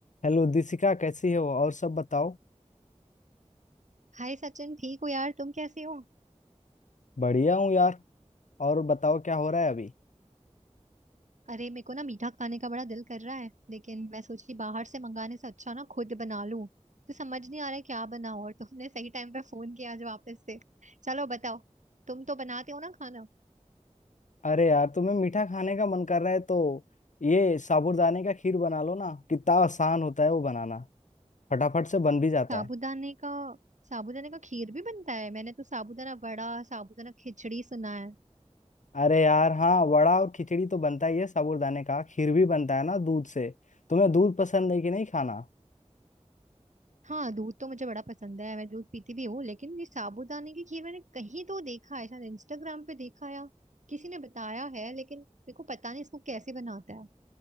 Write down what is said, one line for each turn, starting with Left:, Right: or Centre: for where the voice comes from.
Left: हेलो दिशिका कैसी हो और सब बताओ
Right: हाय सचिन ठीक हो यार तुम कैसे हो
Left: बढ़िया हूँ यार और बताओ क्या हो रहा है अभी
Right: अरे मेरे को ना मीठा खाने का बड़ा दिल कर रहा है लेकिन मैं सोची बाहर से मंगाने से अच्छा ना खुद बना लूं तो समझ नहीं आ रहा है क्या बनाऊं और तुमने सही टाइम पे फोन किया आज वापस से चलो बताओ तुम तो बनाते हो ना खाना
Left: अरे यार तुम्हें मीठा खाने का मन कर रहा है तो ये साबूदाने का खीर बना लो ना कितना आसान होता है वो बनाना फटाफट से बन भी जाता
Right: साबूदाने
Left: है
Right: का साबूदाने का खीर भी बनता है मैंने तो साबूदाना वड़ा साबूदाना खिचड़ी सुना है
Left: अरे यार हाँ वड़ा और खिचड़ी तो बनता ही है साबूदाने का खीर भी बनता है ना दूध से तुम्हें दूध पसंद है कि नहीं खाना
Right: हाँ दूध तो मुझे बड़ा पसंद है मैं दूध पीती भी हूँ लेकिन ये साबूदाने की खीर मैंने कहीं तो देखा है शायद इंस्टाग्राम पे देखा या किसी ने बताया है लेकिन मेरे को पता नहीं इसको कैसे बनाता है